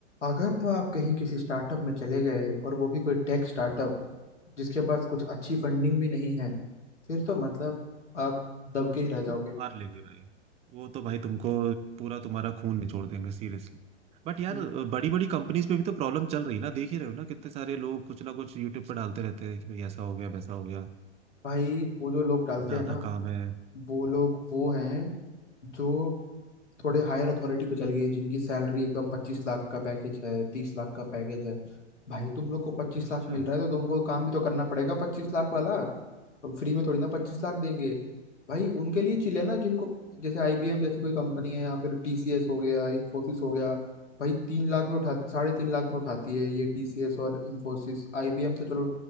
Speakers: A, on the left (about 85°); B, on the right (about 20°).
A: अगर तो आप कहीं किसी स्टार्टअप में चले गए और वो भी कोई टेक स्टार्टअप जिसके पास कुछ अच्छी फंडिंग भी नहीं है फिर तो मतलब
B: तो
A: आप दबके ही रह जाओगे
B: वो मार लेंगे भाई वो तो भाई तुमको पूरा तुम्हारा खून निचोड़ देंगे सीरियसली बट यार
A: हम्म,
B: बड़ी बड़ी कंपनीज में भी तो प्रॉब्लम चल रही है ना देख ही रहे हो ना कितने सारे लोग कुछ ना कुछ यूट्यूब पर डालते रहते हैं कि भाई ऐसा हो गया वैसा हो गया
A: भाई वो जो लोग डालते
B: ज्यादा
A: हैं ना
B: काम है
A: वो लोग वो हैं जो थोड़े हायर अथॉरिटी पे चल गए जिनकी सैलरी एकदम पच्चीस लाख का पैकेज है तीस लाख का पैकेज है भाई तुम लोग को पच्चीस
B: अच्छा
A: लाख मिल रहा है तो तुमको काम भी तो करना पड़ेगा पच्चीस लाख वाला हम फ्री में थोड़ी ना पच्चीस लाख देंगे भाई उनके लिए चिल है ना जिनको जैसे आईबीएम जैसी कोई कंपनी है या फिर टीसीएस हो गया इंफोसिस हो गया भाई तीन लाख में उठा साढ़े तीन लाख में उठाती है ये टीसीएस और इंफोसिस आईबीएम तो चलो